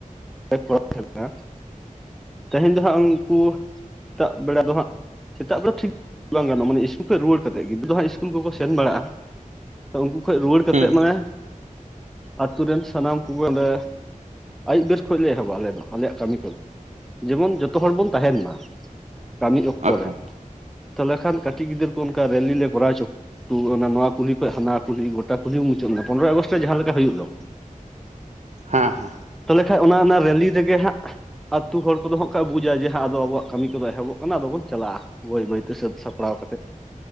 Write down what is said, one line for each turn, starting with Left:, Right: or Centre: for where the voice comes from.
Centre: <inaudible> ᱛᱮᱦᱮᱧ ᱫᱚ ᱦᱟᱸᱜ ᱼᱼ ᱠᱩ ᱥᱮᱛᱟᱜ ᱵᱮᱲᱟ ᱫᱚ ᱦᱟᱸᱜ ᱥᱮᱛᱟᱜ ᱵᱮᱲᱟ ᱴᱷᱤᱠ ᱵᱟᱝ ᱜᱟᱱᱚᱜᱼᱟ ᱢᱟᱱᱮ ᱤᱥᱠᱩᱞ ᱠᱷᱚᱱ ᱨᱩᱣᱟᱹᱲ ᱠᱟᱛᱮᱫ ᱜᱤᱫᱽᱨ <inaudible> ᱫᱚ ᱦᱟᱸᱜ ᱤᱥᱩᱞ <unintelligible> ᱼᱼ ᱠᱩᱞ ᱠᱚᱠᱚ ᱥᱮᱱ ᱵᱟᱲᱟᱜᱼᱟ᱾ ᱛᱚ ᱩᱱᱠᱩ ᱠᱷᱚᱡ ᱨᱩᱣᱟᱹᱲ ᱠᱟᱛᱮᱫ
Right: ᱦᱩᱸ
Centre: ᱢᱟᱱᱮ ᱼᱼ ᱟᱛᱩ ᱨᱮᱱ ᱥᱟᱱᱟᱢ ᱠᱚᱜᱮ ᱚᱸᱰᱮ ᱟᱹᱭᱩᱵ ᱵᱮᱥ ᱠᱷᱚᱡ ᱞᱮ ᱮᱦᱚᱵᱟ ᱟᱞᱮ ᱫᱚ᱾ ᱟᱞᱮᱭᱟᱜ ᱠᱟᱹᱢᱤ ᱠᱚᱫᱚ ᱡᱮᱢᱚᱱ ᱡᱚᱛᱚ ᱦᱚᱲ ᱵᱚᱱ ᱛᱟᱦᱮᱱ ᱢᱟ। ᱠᱟᱹᱢᱤ ᱚᱠᱛᱚ
Right: ᱟᱪᱪᱷᱟ
Centre: ᱨᱮ᱾ ᱛᱟᱦᱚᱞᱮ ᱠᱷᱟᱱ ᱠᱟᱹᱴᱤᱡ ᱜᱤᱫᱽᱨᱟᱹ ᱠᱚ ᱚᱱᱠᱟ ᱨᱮᱞᱤ ᱞᱮ ᱠᱚᱨᱟᱣ ᱦᱚᱪᱚ ᱠᱚᱣᱟ। ᱛᱩ ᱚᱱᱟ ᱱᱚᱣᱟ ᱠᱩᱞᱦᱤ ᱠᱷᱚᱡ ᱦᱟᱱᱟ ᱠᱩᱞᱦᱤ ᱜᱚᱴᱟ ᱠᱩᱞᱦᱤ ᱢᱩᱪᱟᱹᱫ ᱮᱱᱟ᱾ ᱯᱚᱱᱨᱚᱭ ᱟᱜᱚᱥᱴ ᱨᱮ ᱡᱟᱦᱟᱸ ᱞᱮᱠᱟ ᱦᱩᱭᱩᱜ ᱫᱚ।
Right: ᱦᱟᱸ ᱦᱮᱸ
Centre: ᱵᱟᱠᱷᱟᱡ <unintelligible> ᱚᱱᱟ ᱚᱱᱟ ᱨᱮᱞᱤ ᱨᱮᱜᱮ ᱦᱟᱸᱜ ᱟᱛᱩ ᱦᱚᱲ ᱠᱚᱫᱚ ᱦᱟᱸᱜ ᱠᱷᱟᱱᱡ <unintelligible> ᱵᱩᱡᱟ ᱡᱮ ᱦᱟᱸᱜ ᱟᱫᱚ ᱟᱵᱚᱣᱟᱜ ᱠᱟᱹᱢᱤ ᱠᱚᱫᱚ ᱮᱦᱚᱵᱚᱜᱼᱟ। ᱠᱟᱱᱟ ᱟᱫᱚ ᱵᱚᱱ ᱪᱟᱞᱟᱜᱼᱟ᱾ ᱵᱟᱹᱭ ᱵᱟᱹᱭᱛᱮ ᱥᱟᱹᱛ ᱥᱟᱯᱲᱟᱣ ᱠᱟᱛᱮᱫ᱾